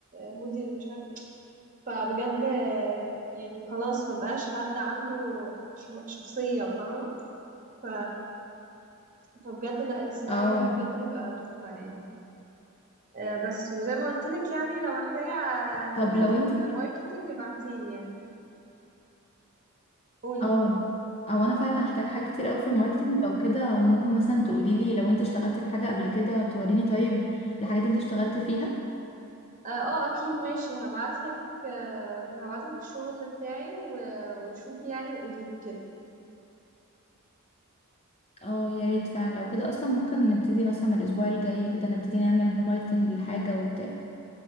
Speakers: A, on the right; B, on the left.
A: الهودي اللي مش عارف فبجد آه، يعني خلاص مبقاش حد عنده ش- شخصية فاهمة ف... فبجد لا الستايل
B: اه
A: ده بجد هيبقى تحفة يعني آه، بس وزي ما قلت لك يعني لو محتاجة حاجة
B: طب لو
A: في
B: انت
A: الماركتينج ابعتيلي يعني قولي
B: اه او انا فعلا هحتاج حاجات كتير قوي في الماركتينج لو كده ممكن مثلا تقولي لي لو انت اشتغلتي في حاجه قبل كده توريني طيب الحاجات اللي انت اشتغلتي فيها
A: اه آه، اكيد ماشي هبعتلك آه، هبعتلك الشغل بتاعي و- وشوفي يعني وقوليلي كده
B: اه يا ريت فعلا لو كده اصلا ممكن نبتدي مثلا من الاسبوع الجاي كده نبتدي نعمل ماركتينج للحاجه وبتاع